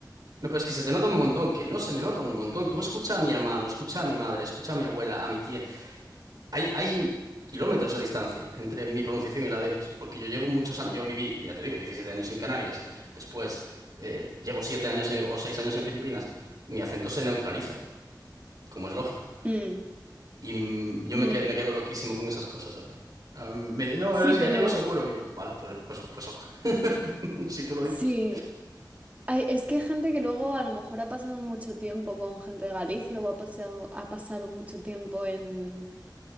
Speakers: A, on the right (about 55°); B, on the right (about 20°).
A: No, pero es que se te nota un montón, que no se me nota un montón. Tú escucha a mi hermano, escucha a mi madre, escucha a mi abuela, a mi tía. Hay, hay kilómetros de distancia entre mi pronunciación y la de ellos, porque yo llevo muchos años, yo viví, ya te digo, 17 años en Canarias, después eh, llevo 7 años en- o 6 años en Filipinas, mi acento se neutraliza, como es lógico.
B: Mm,
A: Y mm, yo
B: mm.
A: me quedo, me quedo loquísimo con esas cosas, de verdad. Ah, me- no,
B: Sí,
A: eres
B: pero
A: gallego seguro. Yo, vale, pues, pues, pues, ok. <laughs> Si tú lo dices.
B: sí. Ay, es que hay gente que luego a lo mejor ha pasado mucho tiempo con gente de Galicia o ha pasado, ha pasado mucho tiempo en